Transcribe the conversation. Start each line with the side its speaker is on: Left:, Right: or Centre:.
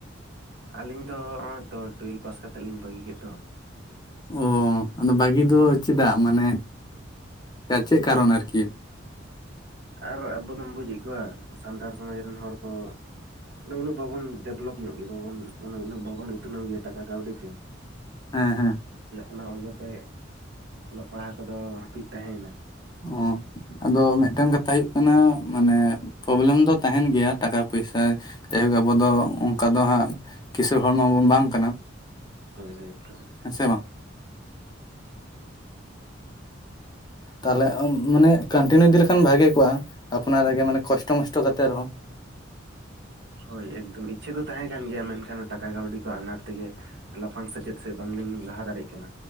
Right: ᱟᱹᱞᱤᱧ ᱫᱚ ᱱᱚᱜᱼᱚᱭ ᱛᱚ ᱴᱩᱭᱮᱞᱵᱷ ᱯᱟᱥ ᱠᱟᱛᱮᱫ ᱞᱤᱧ ᱵᱟᱹᱜᱤ ᱠᱮᱫ ᱫᱚ᱾
Left: ᱚᱻ ᱟᱫᱚ ᱵᱷᱟᱹᱜᱤ ᱫᱚ ᱪᱮᱫᱟᱜ ᱢᱟᱱᱮ ᱪᱮᱫ ᱠᱟᱨᱚᱱ ᱟᱨᱠᱤ?
Right: ᱟᱨ ᱟᱵᱚ ᱫᱚᱢ ᱵᱩᱡᱮᱜ ᱠᱚᱣᱟ ᱥᱟᱱᱛᱟᱲ ᱥᱚᱢᱟᱡᱽ ᱨᱮᱱ ᱦᱚᱲ ᱠᱚ ᱩᱱᱟᱹᱜ ᱵᱟᱵᱚᱱ ᱰᱮᱵᱷᱞᱚᱯ ᱧᱚᱜ ᱜᱮᱭᱟ, ᱵᱟᱵᱚᱱ ᱩᱱᱟᱹᱜ ᱵᱟᱵᱚᱱ ᱩᱛᱱᱟᱹᱣ ᱜᱮᱭᱟ ᱴᱟᱠᱟ ᱠᱟᱹᱣᱰᱤ ᱛᱮ᱾
Left: ᱦᱮᱸ ᱦᱮᱸ᱾
Right: ᱚᱱᱟ ᱚᱡᱮᱛᱮ ᱚᱞᱚᱜ ᱯᱟᱲᱦᱟᱣ ᱠᱚᱫᱚ ᱦᱟᱹᱯᱤᱫ ᱛᱟᱦᱮ ᱱᱟ᱾
Left: ᱚᱻ ᱟᱫᱚ ᱢᱤᱫ ᱴᱟᱝ ᱠᱟᱛᱷᱟ ᱦᱩᱭᱩᱜ ᱠᱟᱱᱟ, ᱢᱟᱱᱮ ᱯᱚᱵᱞᱮᱢ ᱫᱚ ᱛᱟᱦᱮᱱ ᱜᱮᱭᱟ ᱴᱟᱠᱟ ᱯᱚᱭᱥᱟ ᱡᱟᱭᱦᱳᱠ ᱟᱵᱚ ᱫᱚ ᱚᱱᱠᱟ ᱫᱚ ᱦᱟᱸᱜ ᱠᱤᱥᱟᱹᱲ ᱦᱚᱲ ᱢᱟ ᱵᱚᱱ ᱵᱟᱝ ᱠᱟᱱᱟ᱾
Right: ᱦᱳᱭ ᱦᱳᱭ ᱮᱠᱫᱚᱢ᱾
Left: ᱦᱮᱸ ᱥᱮ ᱵᱟᱝ ᱛᱟᱞᱦᱮ ᱢᱟᱱᱮ ᱠᱟᱱᱴᱤᱱᱤᱭᱩ ᱤᱫᱤ ᱞᱮᱠᱷᱟᱱ ᱵᱷᱟᱜᱮ ᱠᱚᱜᱼᱟ, ᱟᱯᱱᱟᱨᱟ ᱜᱮ ᱢᱟᱱᱮ ᱠᱚᱥᱴᱚ ᱢᱚᱥᱴᱚ ᱠᱟᱛᱮ ᱨᱮᱦᱚᱸ᱾
Right: ᱦᱳᱭ ᱮᱠᱫᱚᱢ ᱤᱪᱪᱷᱟᱹ ᱫᱚ ᱛᱟᱦᱮᱸ ᱠᱟᱱ ᱜᱮᱭᱟ, ᱢᱮᱱᱠᱷᱟᱱ ᱴᱟᱠᱟ ᱠᱟᱹᱣᱰᱤ ᱠᱚ ᱟᱱᱟᱴ ᱛᱮᱜᱮ ᱞᱟᱯᱷᱟᱝ ᱥᱮᱪᱮᱫ ᱥᱮᱫ ᱵᱟᱝ ᱞᱤᱧ ᱞᱟᱦᱟ ᱫᱟᱲᱮ ᱠᱟᱱᱟ᱾